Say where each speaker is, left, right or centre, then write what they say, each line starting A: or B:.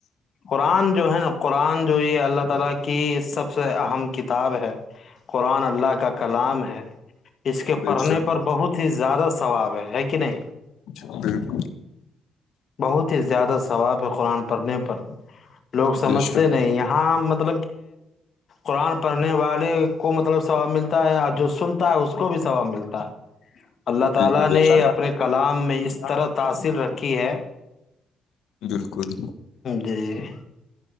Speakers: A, on the left; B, on the left.
A: قران جو ہے نا قران جو یہ اللہ تعالی کی سب سب سے اہم کتاب ہے قرآن اللہ کا کلام ہے اس کے
B: بے
A: پڑھنے
B: شک
A: پر بہت زیادہ ثواب ہے ہے کہ نہیں
B: بالکل
A: بہت ہی زیادہ ثواب ہے قرآن پڑھنے پر لوگ سمجھتے
B: بے شک
A: نہیں یہاں م <unintelligible> قرآن پڑھنے والے کو مطلب سثواب ملتا ہے آ جو بھی ثواب ملتا ہے اللہ تعالی
B: جی جی بے
A: نے
B: اللہ
A: اپنے
B: شک
A: کلام میں اس
B: تعالیٰ
A: طرح تاثر
B: نے
A: رکھی ہے
B: بالکل
A: جی